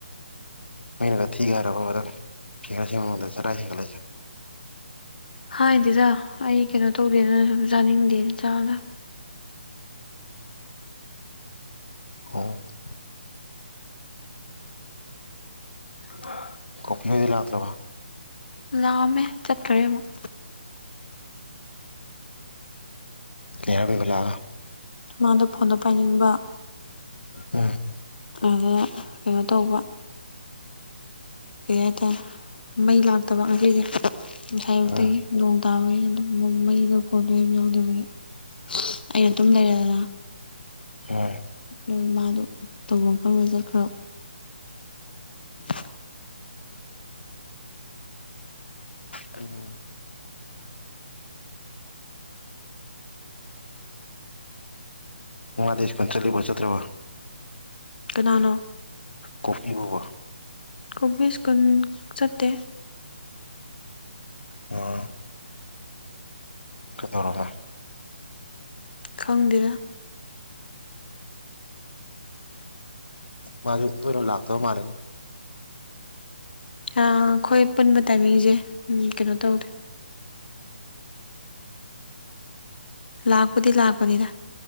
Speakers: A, on the left (about 75°); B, on the left (about 60°).
A: ꯃꯤꯅꯒ ꯊꯤꯒ ꯍꯥꯏꯔꯕꯕ ꯅꯪ ꯐꯤꯒꯔ <unintelligible> ꯆꯔꯥ <unintelligible>
B: ꯍꯥꯏꯗꯤꯗ ꯑꯩ ꯀꯩꯅꯣ ꯇꯧꯗꯦꯅ ꯁꯨꯝ ꯆꯥꯅꯤꯡꯗꯦꯅ ꯆꯥꯗꯝꯅꯤ
A: <unintelligible> <inaudible> <unintelligible>
B: ꯂꯥꯑꯝꯃꯦ ꯆꯠꯈ꯭ꯔꯦ ꯑꯃꯨꯛ
A: ꯀꯩ ꯍꯥꯏꯔꯝꯃꯤꯕ ꯂꯥꯛꯒ
B: ꯃꯥꯗꯣ ꯐꯣꯟꯗ ꯄꯥꯏꯅꯤꯡꯕ
A: ꯎꯝ
B: <unintelligible> ꯀꯩꯅꯣ ꯇꯧꯕ ꯀꯩ ꯍꯥꯏꯇꯥꯔꯦ ꯃꯩ ꯂꯥꯛꯇꯕ ꯉꯁꯤꯖꯦ ꯉꯁꯥꯏꯌꯨꯛꯇꯒꯤ
A: ꯎꯝ
B: ꯅꯣꯡ ꯇꯥꯕꯒꯤ ꯑꯗꯨꯝ ꯃꯩꯗꯣ ꯐꯣꯟꯗꯣ ꯌꯥꯝ ꯌꯥꯎꯗꯕꯒꯤ <unintelligible>
A: <unintelligible>
B: ꯎꯝ ꯃꯥꯗꯣ ꯇꯧꯕꯝ ꯈꯪꯗ ꯆꯠꯈ꯭ꯔ <inaudible>
A: ꯎꯝ ꯃꯥꯥꯗꯤ ꯁ꯭ꯀꯨꯟ ꯆꯠꯂꯤꯕꯣ ꯆꯠꯇ꯭ꯔꯕꯣ
B: ꯀꯅꯥꯅꯣ
A: ꯀꯣꯐꯤꯕꯨꯕ
B: ꯀꯣꯕꯤ ꯁ꯭ꯀꯨꯜ ꯆꯠꯇꯦ
A: ꯑꯣ ꯈ ꯇꯧꯔꯒ
B: ꯈꯪꯗꯦ
A: ꯃꯥꯖꯨ ꯇꯣꯏꯅ ꯂꯥꯛꯇ ꯃꯥꯂꯦꯅꯦ
B: ꯑꯩꯈꯣꯏ ꯄꯨꯟꯕ ꯇꯥꯏꯃꯤꯡꯁꯦ ꯀꯩꯅꯣ ꯇꯧꯗꯦ ꯂꯥꯛꯄꯨꯗꯤ ꯂꯥꯛꯄꯅꯤꯗ